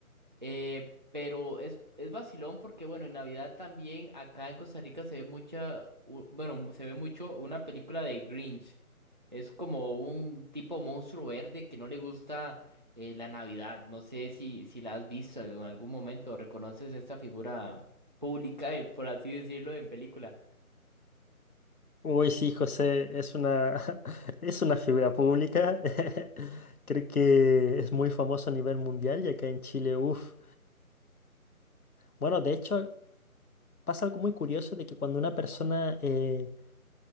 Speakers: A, on the right (about 30°); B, on the left (about 75°).
A: Eh, pero es, es vacilón porque, bueno, en Navidad también acá en Costa Rica se ve mucha, u- bueno, se ve mucho una película de Grinch. Es como un tipo monstruo verde que no le gusta eh, la Navidad. No sé si, si la has visto en algún momento, reconoces esta figura pública, eh, por así decirlo, en película.
B: Uy, sí, José, es una, <laughs> es una figura pública. <laughs> Creo que es muy famoso a nivel mundial y acá en Chile, uff. Bueno, de hecho, pasa algo muy curioso de que cuando una persona eh,